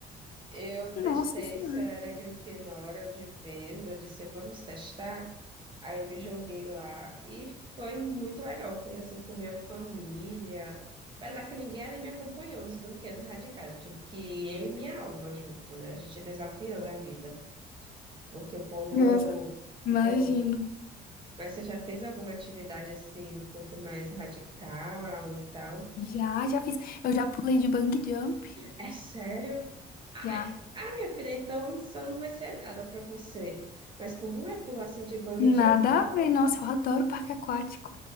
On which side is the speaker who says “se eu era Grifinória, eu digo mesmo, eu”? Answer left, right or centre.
Right